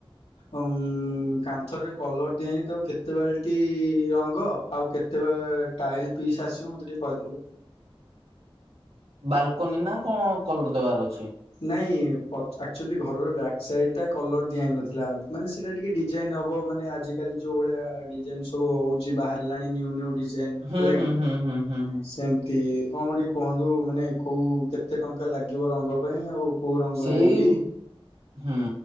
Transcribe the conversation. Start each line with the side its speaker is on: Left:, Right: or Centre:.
Left: ଅ ଉଁ କାନ୍ଥରେ କଲର ଦିଆ ହେଇନି ତାକୁ କେତେ ବାଲଟି ଅ ଙ୍ଗ ଆଉ କେତେ ବେ ଟାଇଲ ପିସ୍ ଆସିବ ମୋତେ ଟିକେ କହିଦବୁ।
Right: ବାଲକୁନି ନା କ'ଣ କଲର ଦବାର ଅଛି?
Left: ନାଇଁ ପଚ ଆକଚୁଲି ଘରର ବ୍ୟାକ ସାଇଡ ଟା କଲର ଦିଆ ହେଇନଥିଲା ମାନେ ସେଟା ଟିକେ ଡିଜାଇନ ହବ ମାନେ ଆଜିକାଲି ଯୋଉ ଭଳିଆ ଡିଜାଇନ ସବୁ ହଉଛି ବାହାରିଲାଣି ନ୍ୟୁୁ ନ୍ୟୁ ଡି ଯାଇନ୍
Right: ହୁଁ
Left: ହେଲାକି
Right: ହୁଁ ହୁଁ ହୁଁ ହୁଁ ହୁଁ।
Left: ସେମ୍ ତି କଣ ଗୋଟେ କୁହନ୍ତୁ ମାନେ କୋଉ କେତେ ଟଙ୍କା ଲାଗିବ ରଙ୍ଗ ପାଇଁ, ଆଉ କୋଉ ରଙ୍ଗ
Right: ସେଇ
Left: ଆଣିବି
Right: ହୁଁ